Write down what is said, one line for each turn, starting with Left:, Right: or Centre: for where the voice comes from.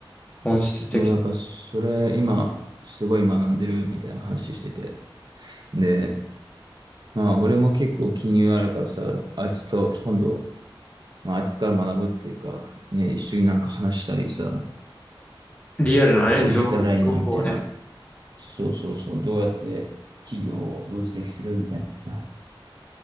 Left: 本質的。
Right: そう、だからそれ、今、すごい学んでるみたいな話してて。で、まあ、俺も結構金融あるからさ、あいつと今度、まあ、あいつから学ぶっていうか、ね、一緒になんか話したりさ、
Left: リアルなね、
Right: できたらいいなみたいな。
Left: 情報をね。
Right: そうそうそう、どうやって企業を分析するみたいな、